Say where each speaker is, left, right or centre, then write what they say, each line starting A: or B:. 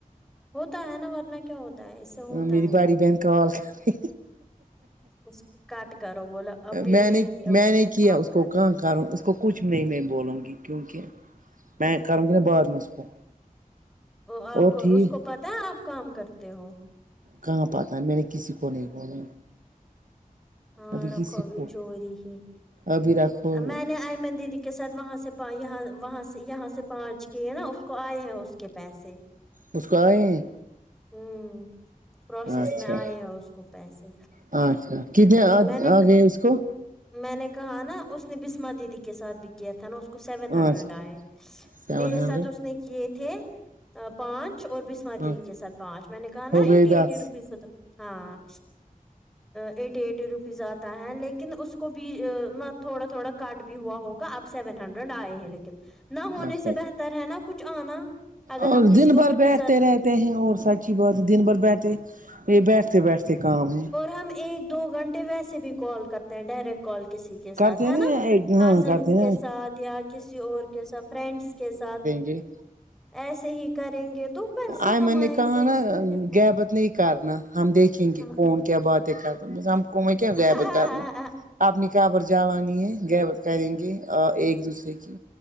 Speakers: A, in the centre; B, on the right.
A: ہوتا ہے نا ورنہ کیا ہوتا ہے اس سے
B: ہمم
A: ہوتا
B: میری
A: ہے
B: باڑی
A: یہ
B: بہن کال کری
A: اس کو کاٹ کرو بولا ابھی
B: میں
A: نہیں
B: نے
A: ابھی
B: میں نے کیا
A: کام
B: اس
A: کر
B: کو کہاں کروں اس کو کچھ نہیں میں بولوں گی کیونکہ میں کروں گا بعد میں اس کو
A: وہ آپ
B: اور
A: کو
B: ٹھیک
A: اس کو پتا ہے آپ کام کرتے ہو
B: کہاں پتا ہے میں نے کسی کو نہیں بولا
A: ہاں
B: ابھی
A: رکھوبھی
B: کسی کو
A: چوری ہی
B: ابھی رکھو
A: میں نے ایمن دیدی کے ساتھ وہاں سے پ یہاں وہاں سے یہاں سے پانچ کیے نا اس کو آئے ہیں اس کے پیسے
B: اس کو اے ہے
A: ہوں پروسیس
B: اچھا
A: میں آئے ہیں اس کو پیسے
B: اچھا کتنے
A: میں نے
B: آ گئے اس کو
A: میں نے کہا نا اس نے بسما دیدی کے ساتھ بھی کیا تھا نا اس کو سیون
B: اچھا
A: ہنڈریڈ آئے
B: سیون
A: میرے
B: ہنڈریڈ
A: ساتھ اس نے کیے تھے پانچ اور بس بسمہ
B: ہاں
A: دیدی کے ساتھ پانچ میں نے کہا نا
B: ہو
A: ایٹی
B: گئے دس
A: ایٹی روپیز ہوتا ہاں ایٹی ایٹی روپیز آتا ہے لیکن اس کو بھی ا مت تھوڑا تھوڑا کاٹ بھی ہوا ہوگا اب سیون ہنڈریڈ آئے ہیں لیکن نہ ہونے
B: اچھا
A: سے بہتر ہے نا کچھ آنا اگر
B: اور
A: ہم کسی
B: دن بھر
A: اور
B: بیٹھتے
A: کے ساتھ
B: رہ تے ہیں اور سچ ہی بات دن بھر بیٹھے بیٹھتے بیٹھتے کام ہے
A: ہم ایک دو گھنٹے ویسے بھی کال کرتے ہیں ڈائریکٹ کال کسی کے
B: کرتے
A: ساتھ ہے نا
B: ایک ہاں
A: کزنس
B: کرتے
A: کے
B: نا
A: ساتھ یا کسی اور کے ساتھ فرینڈس کے ساتھ
B: یہ
A: ایسے ہی کریں گے تو پیسے
B: آئمن
A: کمائیں
B: نے کہا
A: گے
B: نا
A: اس میں کیا
B: گیبت نہیں کرنا ہم دیکھیں
A: ہے
B: گے کون کیا باتیں کرنا ہم کو میں کیا غیبت
A: ہاں
B: کرنا اپنی قبر جوانی ہے گیبت کریں گے ایک دوسرے کی